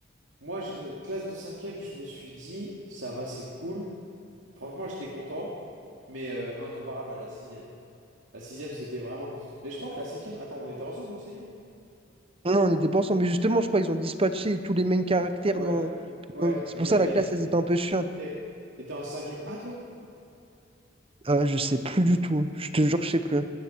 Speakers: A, on the right; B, on the right.
A: Moi, je- euh, classe de cinquième, je me suis dit, ça va, c'est cool. Franchement, j'étais content, mais euh, incomparable à la sixième. La sixième, c'était vraiment... Mais je crois que la cinquième... Attends, on était ensemble en cinquième?
B: Non, on n'était pas ensemble, mais justement, je crois qu'ils ont dispatché tous les mêmes caractères.
A: Ouais,
B: dans-
A: ouais,
B: dans- C'est
A: mais
B: pour
A: il y
B: ça
A: avait...
B: la classe, elle était un peu chiante.
A: T'étais t'étais en cinquième A, toi?
B: Euh, je sais plus du tout. Je te jure, je sais plus.